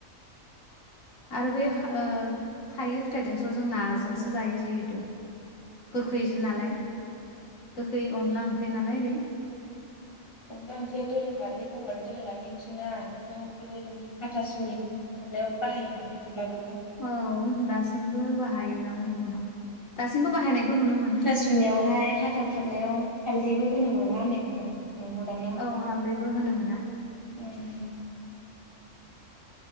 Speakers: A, on the left; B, on the left.
A: आरो बैख ओ थाइगिर फिथाइदंसो जों नाजोंसो जायो जिहेथु गोखैजो नालाय गोखै अनला ओंख्रि नालाय बे
B: अनला ओंख्रिया दोरोङारि बर'नि दोरोङारि ओंख्रि ना <unintelligible> गोदोनि हाथासुनि खुरनायाव बाहायोना बे अनलाखौ।
A: औ दासिमबो बाहायोदां गुबुनाव दासिमबो बाहायनायखौ नुनो मोनो।
B: जोंनियावहाय हाथा खुरनायाव हाल्दैबो होनो मोना होननाय खोनादों नोंगौ दां ना?
A: औ हालदैबो होनो मोना।
B: उम